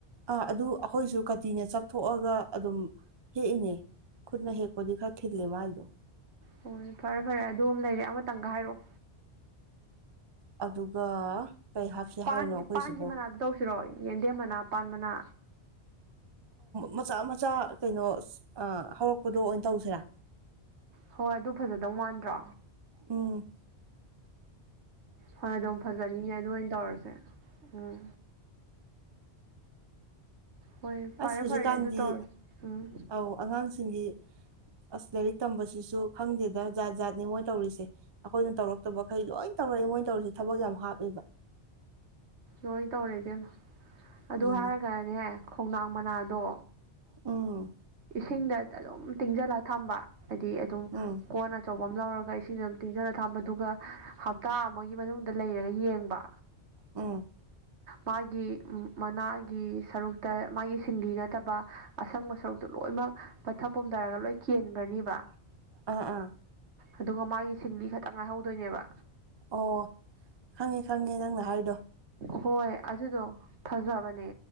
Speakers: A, on the right (about 35°); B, on the right (about 80°).
A: ꯑꯥ ꯑꯗꯨ ꯑꯩꯈꯣꯏꯁꯨ ꯀꯥꯇꯤꯅ ꯆꯥꯊꯣꯛꯑꯒ ꯑꯗꯨꯝ ꯍꯦꯛꯏꯅꯦ ꯈꯨꯠꯅ ꯍꯦꯛꯄꯗꯤ ꯈꯔ ꯊꯤꯜꯂꯦ ꯃꯥꯥꯏꯗꯣ
B: ꯍꯣꯏ ꯐꯔꯦ ꯐꯔꯦ ꯑꯗꯨꯝ ꯂꯩꯔꯦ ꯑꯃꯇꯪꯒ ꯍꯥꯏꯔꯛꯑꯣ
A: ꯑꯗꯨꯒ ꯀꯩ ꯍꯥꯞꯁꯦ
B: ꯄꯥꯟ
A: ꯍꯥꯏꯔꯤꯅꯣ ꯑꯩꯈꯣꯏꯁꯤꯕꯣ
B: ꯄꯥꯟꯒꯤ ꯃꯅꯥꯗ ꯇꯧꯁꯤꯔꯣ ꯌꯦꯟꯗꯦꯝ ꯃꯅꯥ ꯄꯥꯟ ꯃꯅꯥ
A: ꯃꯆꯥ ꯃꯆꯥ ꯀꯩꯅꯣ ꯍꯧꯔꯛꯄꯗꯣ ꯑꯣꯏꯅ ꯇꯧꯁꯤꯔꯦ
B: ꯍꯣꯏ ꯑꯗꯨ ꯐꯖꯗꯧ ꯃꯥꯟꯗ꯭ꯔꯣ
A: ꯎꯝ
B: ꯍꯣꯏ ꯑꯗꯨꯝ ꯐꯖꯅꯤꯅꯦ ꯑꯗꯨ ꯑꯣꯏꯅ ꯇꯧꯔꯁꯦ ꯎꯝ ꯍꯣꯏ ꯐꯔꯦ
A: ꯑꯁ ꯍꯧꯖꯤꯛꯀꯥꯟꯒꯤ
B: ꯐꯔꯦ ꯑꯗꯨ ꯇꯧꯔ ꯎꯝ
A: ꯑꯧ ꯑꯉꯥꯡꯁꯤꯡꯒꯤ ꯑꯁ ꯂꯥꯏꯔꯤꯛ ꯇꯝꯕꯁꯤꯁꯨ ꯈꯪꯗꯦꯗ ꯖꯥꯠ ꯖꯥꯠꯅꯦ ꯃꯣꯏ ꯇꯧꯔꯤꯁꯦ ꯑꯩꯈꯣꯏꯅ ꯇꯧꯔꯛꯇꯕꯈꯩ ꯂꯣꯏ ꯇꯧꯔꯛꯑꯏ ꯃꯣꯏ ꯇꯧꯔꯁꯦ ꯊꯕꯛ ꯌꯥꯝ ꯍꯥꯞꯄꯦꯕ
B: ꯂꯣꯏ ꯇꯧꯔꯦ ꯏꯗꯦꯝꯅ ꯑꯗꯨ
A: ꯎꯝ
B: ꯍꯥꯏꯔꯒꯅꯦ ꯈꯣꯡꯅꯥꯡ ꯃꯅꯥꯗꯣ
A: ꯎ
B: ꯏꯁꯤꯡꯗ ꯑꯗꯨꯝ ꯇꯤꯡꯁꯤꯜꯂ ꯊꯝꯕ ꯍꯥꯏꯗꯤ ꯑꯗꯨꯝ
A: ꯎꯝ
B: ꯀꯣꯟ ꯑꯆꯧꯕ ꯑꯃ ꯂꯧꯔꯒ ꯏꯁꯤꯡ ꯑꯗꯨꯝ ꯇꯤꯟꯖꯅ ꯊꯝꯕ ꯑꯗꯨꯒ ꯍꯞꯇꯥ ꯑꯃꯒꯤ ꯃꯅꯨꯡꯗ ꯂꯩꯔꯒ ꯌꯦꯡꯕ
A: ꯎꯝ
B: ꯃꯥꯒꯤ ꯃꯅꯥꯒꯤ ꯁꯔꯨꯛꯇ ꯃꯥꯒꯤ ꯁꯤꯡꯂꯤ ꯅꯠꯇꯕ ꯑꯁꯪꯕ ꯁꯔꯨꯛꯇ ꯂꯣꯏꯅꯃꯛ ꯄꯠꯊꯛ ꯄꯣꯨꯝꯊꯔꯒ ꯂꯣꯏ ꯀꯦꯟꯈ꯭ꯔꯅꯤꯕ
A: ꯑꯥ ꯑꯥ
B: ꯑꯗꯨꯒ ꯃꯥꯒꯤ ꯁꯤꯡꯂꯤ ꯈꯛꯇꯪ ꯉꯥꯏꯍꯧꯗꯣꯏꯅꯦꯕ
A: ꯑꯣ ꯈꯪꯉꯦ ꯈꯪꯉꯦ ꯅꯪꯅ ꯍꯥꯏꯗꯣ
B: ꯍꯣꯏ ꯑꯗꯨꯗꯣ ꯐꯖꯕꯅꯦ